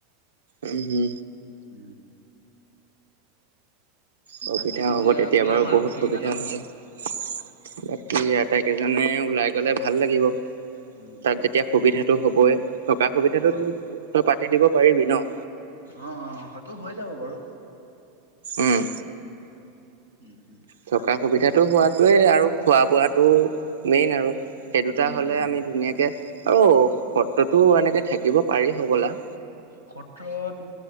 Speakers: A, on the right; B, on the left.
A: উম! হু!
B: উম!
A: সুবিধা
B: বাকী
A: হ'ব তেতিয়া
B: ওলাম
A: বাৰু
B: আৰু
A: বহুত
B: গোটেই
A: সুবিধা
B: কেইটা ন?
A: হ'ব। বাকী আটাইকেইজনে ওলাই গ'লে ভাল লাগিব।
B: উম,
A: তাত
B: উম,
A: যেতিয়া সুবিধা টো হ'বই। থকা সুবিধাটো
B: অ',
A: তই পাতি দিব পাৰিবি ন'?
B: অ', হয়তো হৈ যাব বাৰু।
A: উম!
B: উম, উম,
A: থকা সুবিধাতটো হোৱাত তইয়ে আৰু খোৱা বোৱাটো মেইন আৰু। সেই দুটা
B: উম,
A: হ'লে
B: উম।
A: আমি ধুনীয়াকে আৰু সত্ৰতো এনেকে থাকিব পাৰি হ'বলা ।
B: সত্ৰত